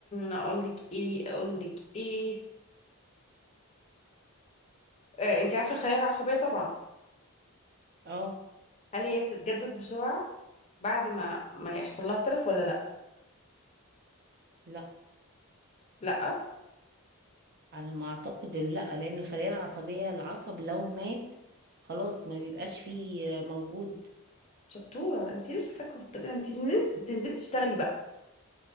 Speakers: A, on the left; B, on the right.
A: اقول لك ايه اقول لك ايه آه، انت عارفه الخلايا العصبيه طبعا
B: اه
A: هل هي بتتجدد بسرعه بعد ما ما يحصل لها تلف ولا لا
B: لا
A: لا
B: على ما اعتقد لا لان الخلايا العصبيه العصب لو مات خلاص ما بيبقاش فيه موجود
A: شطوره انت لسه فاكره في الطب انت تنزلي تنزلي تشتغلي بقى